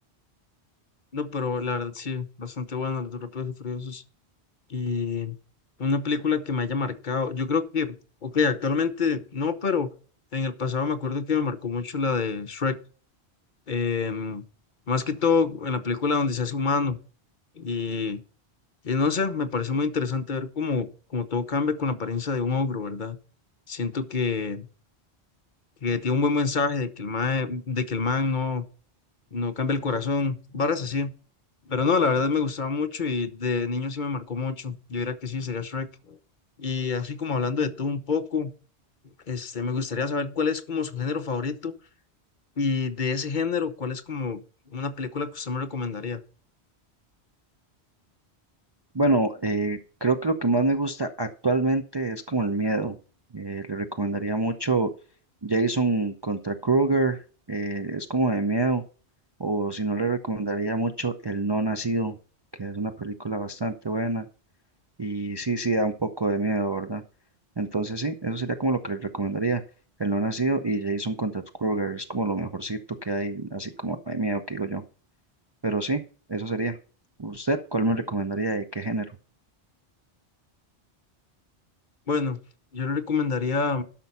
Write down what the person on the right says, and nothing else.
Bueno, eh, creo que lo que más me gusta actualmente es como el miedo. Eh, le recomendaría mucho Jason contra Kruger, eh, es como de miedo. O si no, le recomendaría mucho El No Nacido, que es una película bastante buena. Y sí, sí, da un poco de miedo, ¿verdad? Entonces sí, eso sería como lo que les recomendaría. El no nacido y Jason contra los Krueger es como lo mejorcito que hay, así como de miedo que digo yo. Pero sí, eso sería. ¿Usted cuál me recomendaría y qué género?